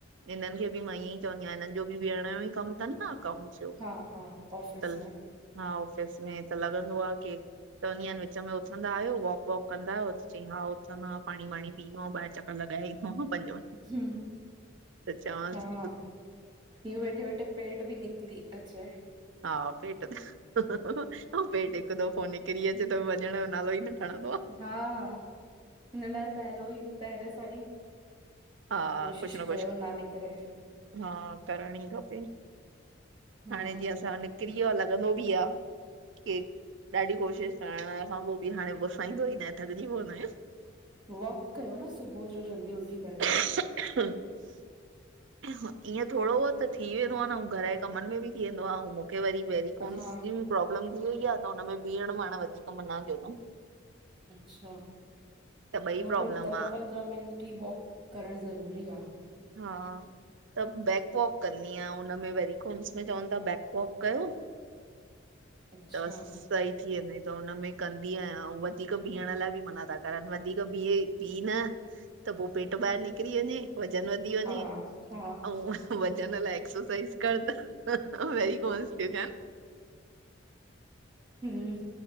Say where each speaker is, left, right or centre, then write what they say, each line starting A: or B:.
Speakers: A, on the right; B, on the right.
A: हिननि खे बी मां ईअं ई चवंदी आहियां, हिननि जो बि वेहण जो ई कम तन न, अकाउंटस जो,
B: हा हा ऑफिस
A: तल्
B: में
A: हा, ऑफिस में त लॻंदो आ कि चवंदी आनि विच में उथंदा आहियो, वॉक ॿोक कंदा आहियो? चईं हा उथंदो आं पाणी वाणी पी ईन्दो आं ॿाहिरि चक कर लॻाए ईंदो आं पांजो,
B: हम्म
A: त चवांस
B: हा, हीउ वेठे वठे पेट बि निकली अचे।
A: हा, पेट बि, अऊं पेट हिकु दफ़ो निकिरी अचे त वञण जो नालो ई न खणंदो आ।
B: हा हिन लाइ पहलो ई पहरे सा ई
A: हा
B: कोशिश
A: कुझ न कुझ
B: कयो ना निकिरे
A: हा करण ई खपे।
B: हम्म
A: हाणे जीअं असां निकरी वियो आ लॻंदो बि आ के ॾाढी कोशिशि करण खां पो बि हाणे पुसाईंदो ई ना आ थकजी पवंदा आहियूं।
B: वॉक कयो न सुबुह जो जल्दी उथी करे।
A: खांसने की आवाज ईअं थोड़े-बहुत त थी वेंदो आ न अउ घर ए कमनि में बि थी वेंदो आ ऐं मूंखे वरी वरीकोम्स
B: हा
A: जी प्रॉब्लम थी वइ आ त हुन भीहणाण वधीक मना कयो तउ
B: अच्छा
A: त ॿई
B: न
A: प्रॉब्लम
B: पर ॾह
A: आ
B: पंद्रहं मिंट ई वॉक करण ज़रूरी आ।
A: हा त बेकवॉक कन्नी आहियां हुन में वरीकोम्स में चवनि था ब बैकवॉक कयो।
B: अच्छा
A: त सई थी वेंदीे त हुनमें कंदी आहियां अऊ ञवधीक बीहण लाइ बि मना था करनि वधीक बीहे बिीह न त पो पेट ॿाहिरि निकिरी वञे वज़न वधी वञे
B: हा हा
A: अउ वज़न लाइ एक्सरसाइज़ कर त वेरीगोस बी थयन।
B: हम